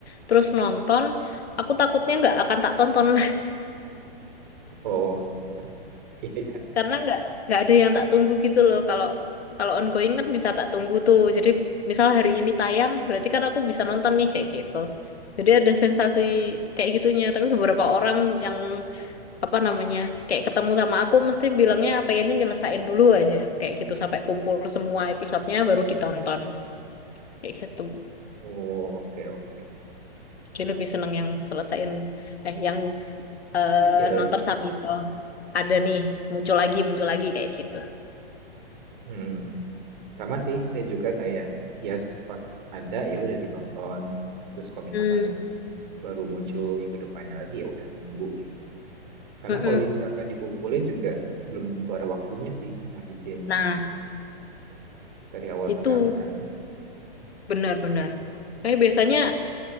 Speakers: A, on the left; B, on the right.
A: terus nonton, aku takutnya nggak akan tak tonton. <laughs>
B: Oh. <laughs> iya
A: karena nggak nggak ada yang tak tunggu gitu loh kalau kalau ongoing kan bisa tak tunggu tuh jadi misal hari ini tayang berarti kan aku bisa nonton nih kayak gitu jadi ada sensasi kayak gitunya tapi beberapa orang yang apa namanya kayak ketemu sama aku mesti bilangnya pengennya nyelesain dulu aja kayak gitu sampai kumpul semua episodenya baru ditonton kayak gitu
B: Oh, oke oke.
A: jadi lebih seneng yang selesain eh yang eh,
B: Cicil
A: nonton
B: ya.
A: sambil oh, ada nih muncul lagi muncul lagi kayak gitu
B: Hmm. hmm. hmm. Sama sih, saya juga kayak ya pas ada ya udah ditonton. Terus kalau misalkan
A: Hmm,
B: memang baru muncul minggu depannya lagi ya udah nunggu gitu. Karena
A: mm-mm.
B: kalau misalkan dikumpulin juga belum tentu ada waktunya sih ngabisin
A: Nah,
B: dari awal
A: Itu
B: sampai habis kan.
A: benar-benar.
B: Hmm.
A: Kayak biasanya